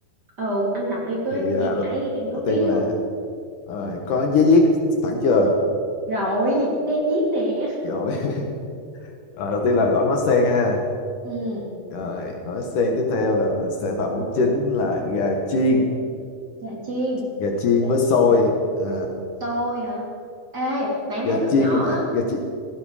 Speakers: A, on the right; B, on the left.
A: ừ anh đọc đi có
B: thì à,
A: gì
B: đầu,
A: ấy thì em góp
B: đầu
A: ý
B: tiên là
A: vô
B: à, có giấy viết sẵn chưa
A: rồi <laughs> đang viết nè
B: rồi <laughs> Ờ, đầu tiên là gỏi ngó sen ha
A: ừ
B: rồi gỏi sen tiếp theo là mình sẽ vào món chính là gà chiên
A: chà chiên
B: gà chiên
A: chà
B: với xôi
A: chiên hả
B: à,
A: xôi hả ê mà em
B: gà
A: thấy tụi
B: chiên
A: nhỏ
B: mình ạ- gà chiên